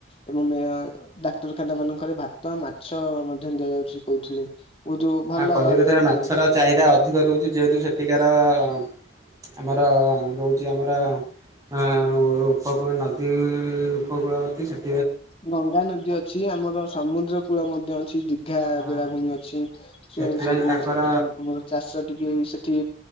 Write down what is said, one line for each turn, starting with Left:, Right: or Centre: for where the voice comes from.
Left: ଏବଂ ଡାକ୍ତରଖାନା ମାନଙ୍କରେ ଭାତ ମାଛ ମଧ୍ୟ ଦିଆଯାଉଛି କହୁଥିଲେ। ବହୁତ ଭଲ
Right: ଆଉ କଲିକତାରେ
Left: ଆକାରରେ
Right: ମାଛର
Left: ଦିଆଯାଉଛି।
Right: ଚାହିଦା ଅଧିକ ଦେଉଛି ଯେହେତୁ ସେଠିକାର- ଆମର ରହୁଛି ଆମର ଅ ଉପକୂଳ ନଦୀ। ଦୀ ଉପକୂଳବର୍ତୀ ସେଠ।
Left: ଗଙ୍ଗା ନଦୀ ଅଛି ଆମର ସମୁଦ୍ର କୂଳ ମଧ୍ୟ ଅଛି ଦିଘା
Right: ହଁ
Left: ବେଳାଭୂମି ଅଛି। ସେ
Right: ସେଥିପାଇଁ
Left: ସବୁ
Right: ତାଙ୍କର
Left: ସେଠି ଆମର ଚାଷ ଟିକେ ସେଠି